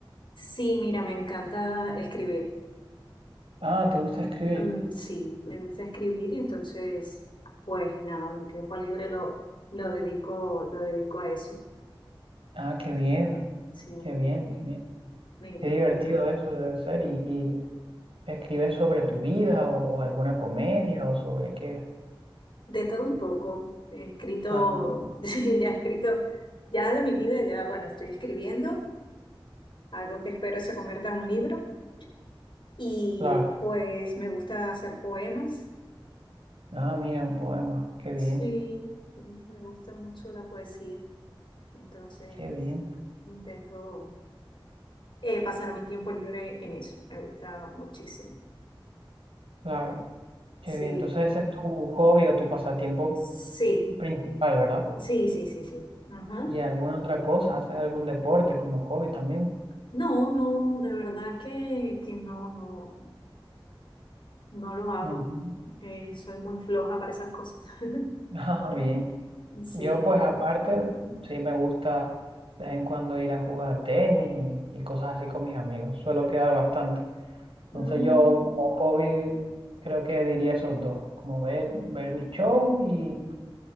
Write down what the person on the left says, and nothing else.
Sí, mira, me encanta escribir.
Mm, sí, me gusta escribir y entonces, pues nada, mi tiempo libre lo, lo dedico, lo dedico a eso.
Sí, me,
me
gusta.
De todo un poco. He escrito,
<laughs> sí, ya he escrito, ya de mi vida, ya, bueno, estoy escribiendo, algo que espero se convierta en un libro. Y
pues me gusta hacer poemas.
Sí, sí, me gusta mucho la poesía. Entonces,
intento eh, pasar mi tiempo libre en eso. Me gusta muchísimo.
Sí,
sí,
sí, sí, sí, sí. Ajá.
No, no, de verdad que, que no, no, no lo hago.
Eh, soy muy floja para esas cosas. <laughs>
Sí.
Mm,